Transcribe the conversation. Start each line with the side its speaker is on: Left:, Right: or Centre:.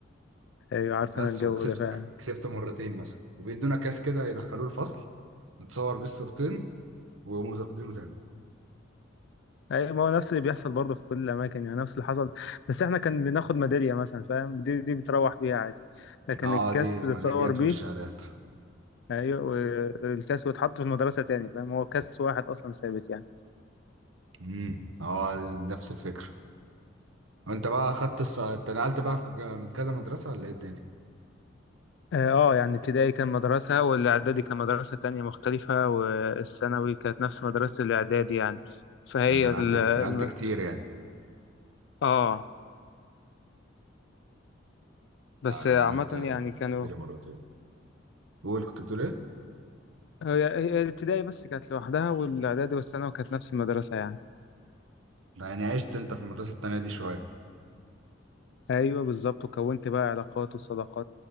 Left: ايوه عارف
Right: بس
Left: انا الجو
Right: وكسبت
Left: ده فعلا
Right: كسبت مرتين مثلا وبيدونا كاس كده يدخلوه الفصل نتصور بيه الصورتين ويقوموا واخدينه تاني
Left: ايوه ما هو نفس اللي بيحصل برضه في كل الاماكن يعني نفس اللي حصل بس احنا كان بناخد ميداليه مثلا فاهم دي دي بتروح بيها عادي لكن
Right: اه
Left: الكاس
Right: دي
Left: بتتصور
Right: الميداليات
Left: بيه
Right: والشهادات
Left: ايوه والكاس ويتحط في المدرسه تاني فاهم هو كاس واحد اصلا ثابت يعني
Right: امم اه نفس الفكرة وانت بقى خدت الص... انت نقلت بقى في- من كذا مدرسة ولا ايه الدنيا؟
Left: اه آه، يعني ابتدائي كان مدرسة والاعدادي كان مدرسة تانية مختلفة والثانوي كانت نفس مدرسة الاعدادي يعني فهي
Right: ده انت نقلت
Left: ال الم-
Right: نقلت كتير يعني
Left: اه بس
Right: آه، انا
Left: عامة
Right: نقلت نقلت
Left: يعني كانوا
Right: لي مرتين قول كنت بتقول ايه؟
Left: آه، هي هي الابتدائي بس كانت لوحدها والاعدادي والثانوي كانت نفس المدرسة يعني
Right: يعني عشت انت في المدرسة التانية دي شوية
Left: ايوه بالظبط وكونت بقى علاقات وصداقات